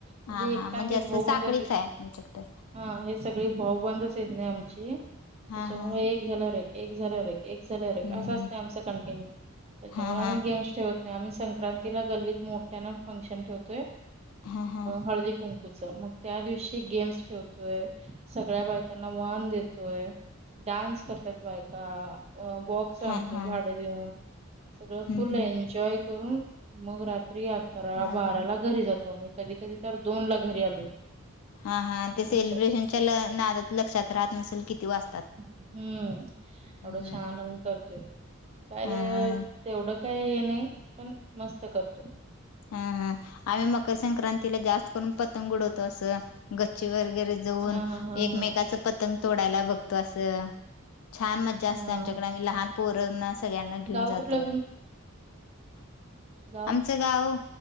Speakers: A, on the right; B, on the left.
A: म्हणजे
B: हा
A: एक
B: हा
A: टाके
B: असं
A: भाऊ बंदच
B: साखळीच
A: आहेत,
B: आहे तुमच्याकडे
A: हा सगळी भाऊ बंदच येत नाही आमची, त्याच्यामुळे
B: हा हा
A: एक झाल्या वर एक, एक झाल्यावर एक एक झाल्यावर एक,
B: हम्म
A: असं
B: हम्म
A: असतंय आमचा कंटिन्यू, त्याच्यामुळे
B: हा
A: आम्ही
B: हा
A: गेम्स ठेवत नाही, आम्ही संक्रांतीला गल्लीत मोठ्यान फंक्शन ठेवतोय,
B: हा हा
A: हळदी कुंक च, मग त्या दिवशी गेम्स ठेवतोय, सगळ्या बायकांना वान देतोय. डान्स करतात बायका, अ बॉक्स
B: हा
A: आणतोय
B: हा
A: भाडे देऊन, सगळं
B: हम्म
A: फुल
B: हम्म
A: एन्जॉय करून, मग रात्री अकरा,
B: हा
A: बाराला
B: हा
A: घरी जातो, मी कधी-कधी तर दोन ला घरी आलोय.
B: हा, हा, ते सेलिब्रेशनच्या
A: असं
B: नादात लक्षात राहत नसेल, किती वाजता.
A: हम्म, एवढं
B: हम्म.
A: छान आम्ही करतोय, काय
B: हा हा
A: तेवढं काय हे नाही, पण मस्त करतो.
B: हा, हा, आम्ही मकर संक्रांतीला जास्त करून पतंग उडवतो, असं गच्छ वगैरे जाऊन,
A: हा हा हा
B: एकमेकाच
A: हा
B: पतंग तोडायला बघतो, असं छान मज्जा
A: हा
B: असते, आमच्याकडे आम्ही लहान पोरना सगळ्यांना घेऊन
A: गाव
B: जातो.
A: कुठलं गावं.
B: च गाव,